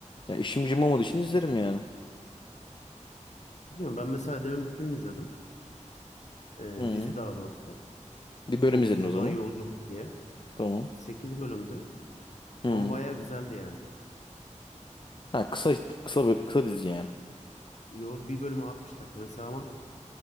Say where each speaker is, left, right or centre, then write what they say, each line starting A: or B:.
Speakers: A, on the left; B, on the left.
A: Ya işim gücüm olmadığı için izlerim ya.
B: Biliyorum ben mesela demin bir film izledim. Ee,
A: Hı.
B: dizi daha doğrusu.
A: Bir
B: Sonsuzluğa
A: bölüm izlerim o zaman.
B: Yolculuk diye.
A: Tamam.
B: 8 bölümdü.
A: Hı.
B: Ama bayağı güzeldi yani.
A: Ha kısa kısa böyle kısa dizi yani.
B: Yo bir bölümü 60 dakika mesela ama